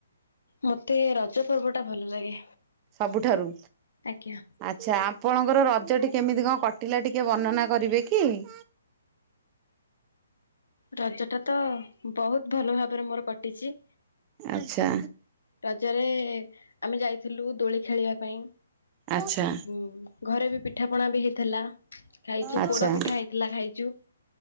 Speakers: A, on the left; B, on the right.
A: ମତେ ର ସେ ପର୍ବ ଟା ଭଲ ଲାଗେ,
B: ସବୁଠାରୁ
A: ଆଜ୍ଞା।
B: ଆଚ୍ଛା ଆପଣଙ୍କର ରଜଟି କେମିତି କଣ କଟିଲା ଟିକେ ବର୍ଣ୍ଣନା କରିବେ କି? <inaudible>
A: ରଜ ଟା ତ ବହୁତ ଭଲ ଭାବରେ ମୋର କଟିଛି।
B: ଆଚ୍ଛା
A: ରଜରେ ଆମେ ଯାଇଥିଲୁ ଦୋଳି ଖେଳିବା ପାଇଁ
B: ଆଚ୍ଛା
A: ଉ ଘରେ ବି ପିଠା ପଣା ବି ହେଇଥିଲା। ଖାଇଛୁ,
B: ଆଚ୍ଛା।
A: ପୋଡ ପିଠା ହେଇଥିଲା ଖାଇଛୁ।